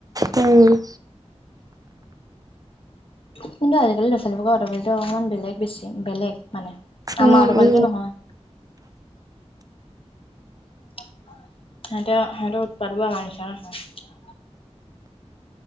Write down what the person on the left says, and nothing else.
কিন্তু আজিকালি ল'ৰা ছোৱালীবোক অতপালিতো অকমান বেলেগ বেছি বেলেগ মানে আমাৰ
অতপালিটো
নহয় । সিহঁতে সিহতৰ উৎপাত বোৰ আমাৰ নিচনা নহয় ।